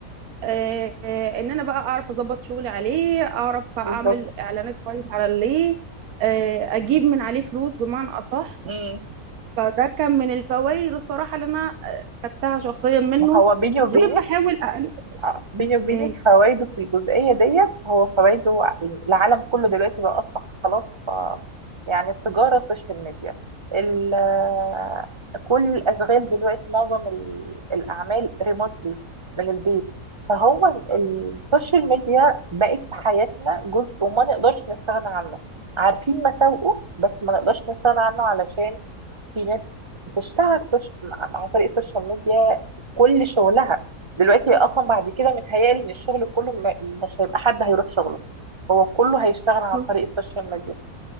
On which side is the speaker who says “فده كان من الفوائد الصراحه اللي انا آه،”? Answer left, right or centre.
Right